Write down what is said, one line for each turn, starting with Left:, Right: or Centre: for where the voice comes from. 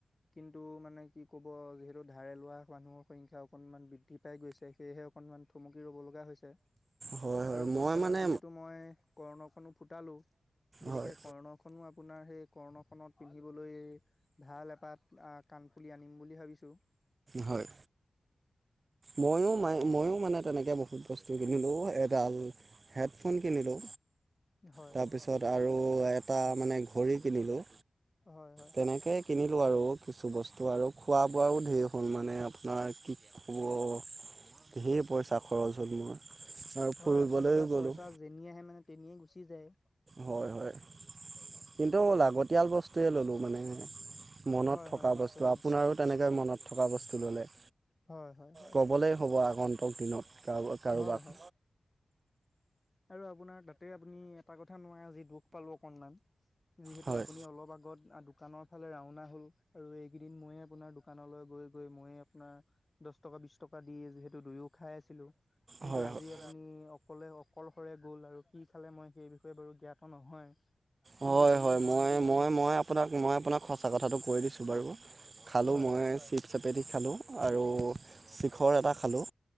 Left: কিন্তু মানে কি ক'ব যিহেতু ধাৰে লোৱা মানুহৰ সংখ্যা অকণমান বৃদ্ধি পাই গৈছে সেয়েহে অকনমান থমকি ৰ'ব লগা হৈছে।
Right: হয় হয়
Left: আৰু বৰ্তমান
Right: মই মানে
Left: যিহেতু মই কৰ্ণখনো ফুটালো, গতিকে
Right: হয়
Left: কৰ্ণ খনো আপোনাৰ সেই কৰ্ণখনত পিন্ধিবলৈ ভাল তাত কাণফুলি আনিম বুলি ভাবিছোঁ।
Right: হয়। ময়ো ময়ো মানে তেনেকে বহুত বস্তু কিনিলো এডাল হেডফোন কেনিলো।
Left: হয়।
Right: তাৰপিছত আৰু এটা মানে ঘড়ী কিনিলোঁ।
Left: হয় হয়।
Right: তেনেকৈ কিনিলোঁ আৰু কিছু বস্তু আৰু খোৱা বোৱাও ধেৰ হ'ল মানে আপোনাৰ কি <inaudible> ঢেৰ পইচা খৰচ হ'ল মোৰ আৰু
Left: হয়
Right: ফুৰিবলৈও
Left: আচল
Right: গ'লোঁ
Left: পইচা যেনি আহে মানে তেনিয়ে গুচি যায়।
Right: হয় হয় কিন্তু লাগতিয়াল বস্তুৱে ললোঁ মানে। মনত
Left: হয়,
Right: থকা
Left: হয়, নিশ্চয়,
Right: বস্তু আপোনাৰো
Left: নিশ্চয়,
Right: তেনেকে মনত থকা বস্তু ল'লে।
Left: হয় হয়।
Right: ক'বলৈই হ'ব আগন্তক দিনত কাৰোবাক কাৰোবাক
Left: হয়, হয়। আৰু আপোনাৰ তাতে আপুনি এটা কথা নোৱাৰে আজি দুখ পালো অকনমান যিহেতু
Right: হয়
Left: আপুনি অলপ আগত দোকানৰ ফালে ৰাওনা হ'ল, আৰু এইকেইদিন মইয়ে আপোনাৰ দোকানলৈ গৈ গৈ মইয়ে আপোনাৰ দশ টকা বিশ টকা দি যিহেতু দুয়ো খাই আছিলো কিন্তু
Right: হয়
Left: আজি
Right: হয়
Left: আপুনি অকলে অ কলশৰে গ'ল আৰু কি খালে মই সেই বিষয়ে বাৰু জ্ঞাত নহয়। কিন্তু
Right: হয়
Left: হ'লেও
Right: হয় মই
Left: ভাবিছোঁ
Right: মই মই আপোনাক মই আপোনাক সঁচা কথাটো কৈ দিছোঁ বাৰু, খালোঁ
Left: হয়
Right: মই চিফ চ এপেটি খালোঁ আৰু চিখৰ এটা খালোঁ।